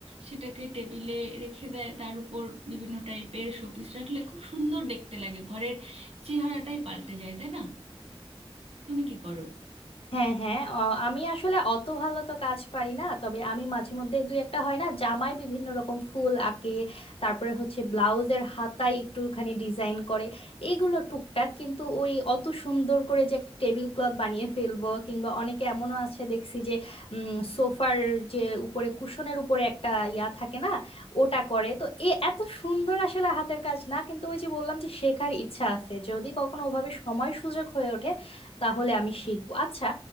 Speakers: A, on the right (about 75°); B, on the left (about 65°).
A: সেটাকে টেবিলে রেখে দেয় তার উপর বিভিন্ন টাইপের শোপিস রাখলে খুব সুন্দর দেখতে লাগে ঘরের চেহারাটাই পাল্টে যায় তাই না তুমি কি করো
B: হ্যাঁ হ্যাঁ অ- আমি আসলে অত ভালো তো কাজ পারি না তবে আমি মাঝে মধ্যে দুই একটা হয় না জামায় বিভিন্ন রকম ফুল আঁকে তারপরে হচ্ছে ব্লাউজের হাতায় একটুখানি ডিজাইন করে এগুলো টুকটাক কিন্তু ওই অত সুন্দর করে যে একটা টেবিল ক্লথ বানিয়ে ফেলবো কিংবা অনেকে এমনও আছে দেখছি যে সোফার যে উপরে কুশনের উপরে একটা ইয়া থাকে না ওটা করে তো এ এত সুন্দর আসলে হাতের কাজ না কিন্তু ওই যে বললাম যে শেখার ইচ্ছা আছে যদি কখনো ওভাবে সময় সুযোগ হয়ে ওঠে তাহলে আমি শিখবো আচ্ছা